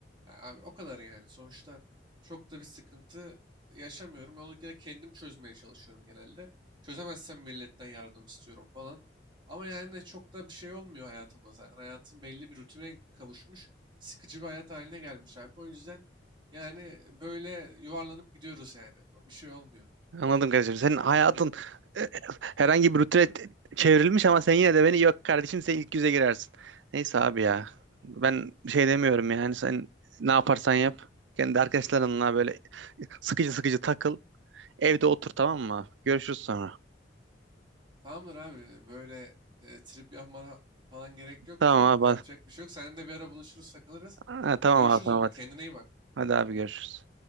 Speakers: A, on the right; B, on the right.
A: Ya abi o kadar yani. Sonuçta çok da bir sıkıntı yaşamıyorum. Ben onu gene kendim çözmeye çalışıyorum genelde. Çözemezsem milletten yardım istiyorum falan. Ama yani de çok da bir şey olmuyor hayatımda zaten. Hayatım belli bir rutine kavuşmuş. Sıkıcı bir hayat haline gelmiş abi. O yüzden yani böyle yuvarlanıp gidiyoruz yani. Bir şey olmuyor.
B: Anladım kardeşim. Senin hayatın e, herhangi bir rutine t- çevrilmiş ama sen yine de beni yok kardeşim sen ilk yüze girersin. Neyse abi ya. Ben bir şey demiyorum yani sen ne yaparsan yap. Kendi arkadaşlarınla böyle sıkıcı sıkıcı takıl. Evde otur tamam mı? abi? Görüşürüz sonra.
A: Tamamdır abi böyle e, trip yapmana falan gerek yoktu.
B: Tamam
A: Yapacak
B: abi.
A: bir şey yok. Seninle de bir ara buluşuruz, takılırız.
B: Ha, tamam
A: Görüşürüz
B: abi tamam.
A: o zaman.
B: Hadi,
A: Kendine iyi bak.
B: hadi abi görüşürüz.